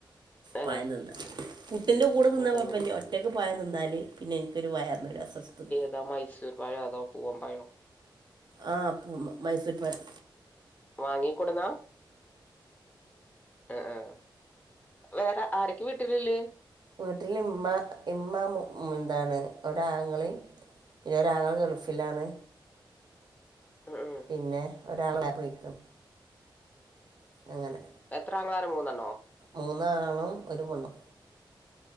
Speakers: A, on the left (about 15°); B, on the right (about 55°).
A: ഏ
B: പഴം തിന്ന പുട്ടിന്റെ കൂടെ തിന്നാ
A: ആ
B: കുഴപ്പില്ല
A: ആ
B: ഒറ്റക്ക് പഴം തിന്നാല് പിന്നെ എനിക്കൊരു വയറിനൊരു അസൊസ്ഥത
A: അതോ മൈസൂർ പഴവോ അതോ പൂവം പയോ
B: ആഹ് പൂ മൈസൂരി പയം
A: വാങ്ങിക്കൊടുന്നാ ആ ആ വേറെ ആരക്ക വിട്ടിലുള്ളത്
B: വീട്ടില്ഇമ്മ ഇമ്മ എന്താണ് ഒരാങ്ങളെയും ഇനി ഒരാങ്ങള ഗൾഫിലാണ്
A: ഉം ഉം
B: പിന്നെ ഒരാള പോയിക്കും അങ്ങനെ
A: എത്രാംങ്കാരം മൂന്നെണ്ണോ
B: മൂന്നാണും ഒരു പെണ്ണും